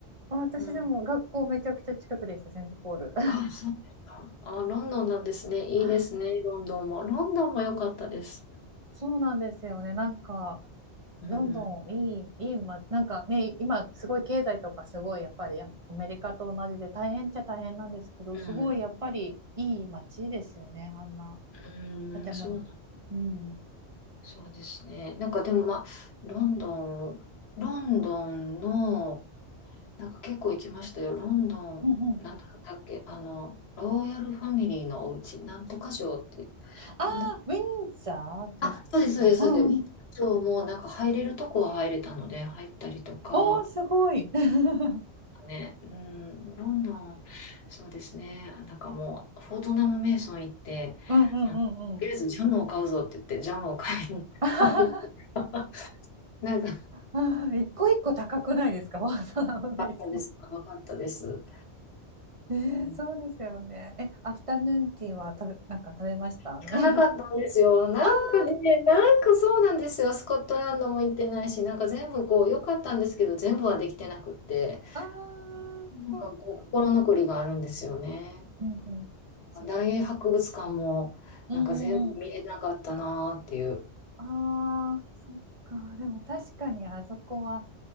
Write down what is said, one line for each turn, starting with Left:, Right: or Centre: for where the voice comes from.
Right: あ、私でも学校めちゃくちゃ近くでした、
Left: ます。うん。
Right: セントポール。
Left: あ、そうですか。あ、ロンドンなんですね。いいですね、
Right: <laughs>
Left: ロンドンも。ロンドンも良かったです。
Right: そうなんですよね。なんか、ロンドンいい、
Left: うん。
Right: いい、ま、なんかね、今すごい経済とかすごいやっぱりアアメリカと同じで大変っちゃ大変なんですけど、
Left: うん。
Right: すごいやっぱりいい街ですよね、あんな
Left: うん。
Right: 建物も。
Left: そう
Right: うん。
Left: そうですね。なんかでもまあ、ロンドン、ロンドンの、なんか結構行きましたよ。ロンドン、
Right: うんうん。
Left: なんだったっけ、あの、ロイヤルファミリーのお家、なんとか城っていう、
Right: ああ、
Left: なんだ、
Right: ウィンザーですか。
Left: あ、そうです、そうです、
Right: うんうん。
Left: そうです。ウィンザー城もなんか入れるとこは入れたので、入ったりとか、
Right: おー、すごい。<laughs>
Left: ね、うん、ロンドン、そうですね。なんかもう、フォートナム・メイソン行って、
Right: うんうんうんうん。
Left: あとりあえずジャムを買うぞって言って、ジャムを買いに行
Right: <laughs>
Left: <laughs> った。<laughs> なんか
Right: あー一個一個高くないですか、<laughs> わざわざ危ないそう。
Left: かったです。高かったです。
Right: えーそうですよね。
Left: うん
Right: え、アフタヌーンティーは食べ、なんか食べましたあの、
Left: 行かなかったんですよ。
Right: <laughs>
Left: なんかね、
Right: あ
Left: なんかそうなんですよ。スコットランドも行ってないし、なんか全部こう、良かったんですけど、全部はできてなくって、
Right: ー、あー、
Left: なんかこう、
Right: そっか。
Left: 心残りがあるんですよね。
Right: うんうん。そ、
Left: 大英博物館も、
Right: うんうんうん。
Left: なんか全部見れなかったなーっていう。
Right: ああ、そっか。でも確かにあそこは、